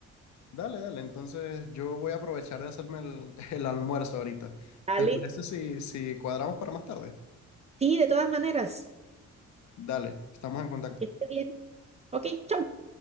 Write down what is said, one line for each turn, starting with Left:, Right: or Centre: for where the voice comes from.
Left: Dale, dale. Entonces yo voy a aprovechar de hacerme el, <laughs> el almuerzo ahorita.
Right: Dale,
Left: ¿Te parece si, si cuadramos para más tarde?
Right: Sí, de todas maneras,
Left: Dale, estamos en contacto.
Right: que esté bien. Ok, chau.